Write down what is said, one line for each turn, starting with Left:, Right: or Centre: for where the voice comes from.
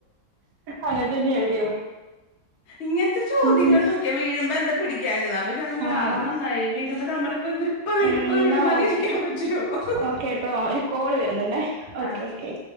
Right: അങ്ങനെ തന്നെ എവിടെയോ
Left: ഇങ്ങനത്തെ ചോദ്യങ്ങളാ
Right: ഉം
Left: ചോയിക്ക വീഴുമ്പോ എന്താ പിടിക്കാഞ്ഞെ അപ്പ ഞാൻ പറഞ്ഞ്
Right: ആഹ്
Left: അത് നന്നായി വീഴ്മ്പോ നമ്മളിപ്പ ഇവര് ഇപ്പ വീഴും
Right: എന്നാ
Left: ഇപ്പ വീഴും പറഞ്ഞിരിക്കാൻ
Right: ഓക്കെ
Left: പറ്റൊ
Right: ഓക്കെ ട്ടോ ഒര് കോള് വെര്ന്ന്ണ്ടേ ഓക്കേ
Left: ആഹ്
Right: ഓക്കെ